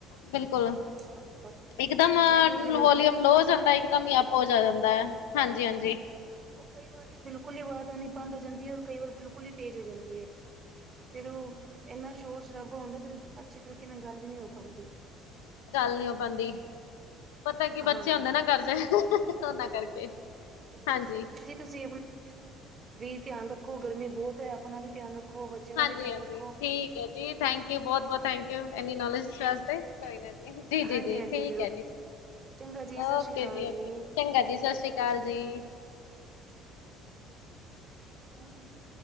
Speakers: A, on the left; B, on the right.
A: ਬਿਲਕੁਲ।
B: ਹਾਂ ਬਸ
A: ਇਕ ਦਮ
B: ਨੈਟਵਰਕ ਦੀ ਵਜ੍ਹਾ
A: ਵੋਲਯਮ
B: ਸੇ ਹੁੰਦੀ ਹੈ
A: ਲੋਅ
B: ਫਿਰ
A: ਹੋ ਜਾਂਦਾ, ਇੱਕ ਦਮ ਹੀ ਅਪ ਹੋ ਜਾ ਜਾਂਦਾ।
B: ਹਾਂ,
A: ਹਾਂਜੀ-ਹਾਂਜੀ।
B: ਇੱਕਦਮ ਭਾਈ ਉਹ ਕਈ ਵਾਰ ਤੇ ਬਿਲਕੁਲ ਹੀ ਆਵਾਜ਼ ਆਨੀ ਬਂਦ ਹੋ ਜਾਂਦੀਏ, ਔਰ ਕਈ ਵਾਰ ਬਿਲਕੁਲ ਹੀ ਤੇਜ਼ ਹੋ ਜਾਂਦੀਏ। ਫੇਰ ਉਹ ਇੰਨਾ ਸ਼ੋਰ ਸ਼ਰਾਬਾ ਹੁੰਦਾ, ਫਿਰ ਅੱਛੀ ਤਰੀਕੇ ਨਾਲ ਗੱਲ ਵੀ ਨਹੀ ਹੋ ਪੈਂਦੀ।
A: ਗੱਲ ਨੀ ਹੋ ਪਾਉਦੀ, ਪਤਾ ਕੀ ਬੱਚੇ
B: ਹਾਂ
A: ਹੁੰਦੇ ਨਾ ਘਰ ਦੇ, ਉਹਨਾਂ ਕਰਕੇ
B: ਹੁੰ, ਚਲੋ
A: ਹਾਂਜੀ।
B: ਤੁਸੀਂ ਆਪਣੇ ਬੱਚਿਆਂ ਨੂੰ ਵੀ ਧਿਆਨ ਰੱਖੋ, ਗਰਮੀ ਬਹੁਤ ਹੈ ਆਪਣਾ ਵੀ ਧਿਆਨ ਰੱਖੋ। ਰੱਖੋ ਬੱਚੇ ਦਾ
A: ਹਾਂਜੀ-ਹਾਂਜੀ
B: ਵੀ ਧਿਆਨ ਰੱਖੋ
A: ਠੀਕ
B: ਹੁੰ,
A: ਹੈ ਜੀ ਥੈਂਕ ਯੂ ਬਹੁਤ-ਬਹੁਤ
B: ਆਪਣਾ ਖਾਣ-ਪੀਣ
A: ਥੈਂਕ ਯੂ
B: ਦਾ ਵੀ
A: ਇੰਨੀ
B: ਧਿਆਨ
A: ਨੌਲੇਜ
B: ਜ਼ਰੂਰ ਰੱਖਣਾ,
A: ਵਾਸਤੇ।
B: ਠੀਕਏ।
A: ਕੋਈ ਨਾ ਜੀ ਜੀ-ਜੀ-ਜੀ
B: ਹਾਂਜੀ-ਹਾਂਜੀ,
A: ਠੀਕ
B: ਜ਼ਰੂਰ
A: ਹੈ
B: ਜੀ ਠੀਕ ਹੈ ਚੰਗਾ ਜੀ, ਸਤਿ
A: ਓਕੇ
B: ਸ੍ਰੀ ਅਕਾਲ ਜੀ।
A: ਓਕੇ ਚੰਗਾ ਜੀ ਸਤਿ ਸ਼੍ਰੀ
B: ਸਸ਼੍ਰੀ
A: ਜੀ।
B: ਅਕਾਲ,
A: ਸਤਿ
B: ਸਸ਼੍ਰੀ ਅਕਾਲ। ਕੋਣ ਸੀ